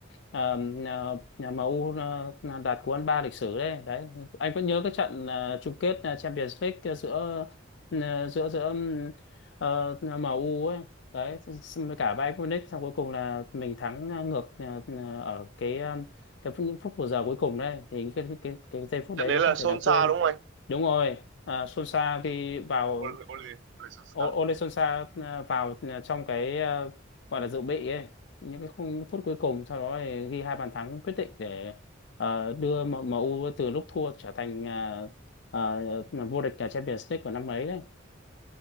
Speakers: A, on the left; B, on the right.
A: ờ, nhà nhà MU ờ, đạt cú ăn ba lịch sử đấy đấy anh vẫn nhớ cái trận ờ, chung kết ờ, Champions League giữa ờ, giữa giữa ừm, ờ, MU ấy đấy xong với cả Bayern Munich xong cuối cùng là mình thắng ờ, ngược ờ, ờ, ở cái ờ, cái phút- những phút bù giờ cuối cùng đấy thì cái cái cái giây phút
B: Chắc
A: đấy
B: đấy
A: nó
B: là
A: không
B: Solskjaer
A: thể nào quên
B: đúng không anh?
A: đúng rồi à, Solskjaer khi vào
B: Ole Ole Ole Solskjaer.
A: O- Ole Solskjaer ờ, vào ờ, trong cái ờ, gọi là dự bị ấy những cái khung phút cuối cùng sau đó thì ghi hai bàn thắng quyết định để ờ, đưa M- MU từ lúc thua trở thành ờ, ờ, ờ, vô địch cả Champions League của năm ấy đấy